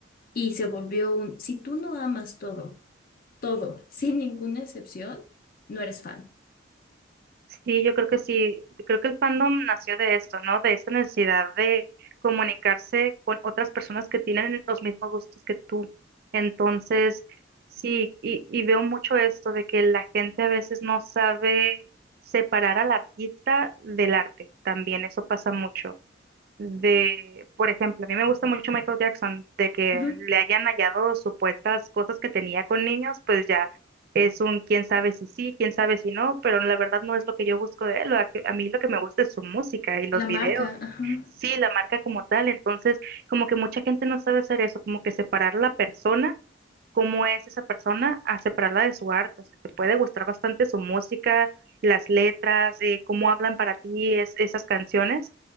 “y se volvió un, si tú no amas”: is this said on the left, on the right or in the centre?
Left